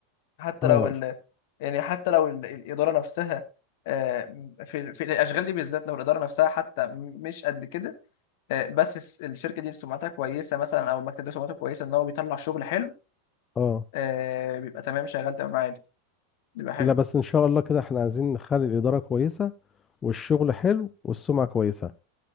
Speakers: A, on the left; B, on the left.
A: حتى
B: اه
A: لو ال... يعني حتى لو ال... الإدارة نفسها آه، في في الأشغال دي بالذات لو الإدارة نفسها حتى مش قد كده آه، بس الس- الشركة دي سمعتها كويسة مثلا أو المكتب ده سمعته كويسة إن هو بيطلع شغل حلو
B: اه
A: آه، بيبقى تمام شغال تمام عادي بيبقى حلو
B: لا بس ان شاء الله كده احنا عايزين نخلي الاداره كويسه والشغل حلو والسمعه كويسه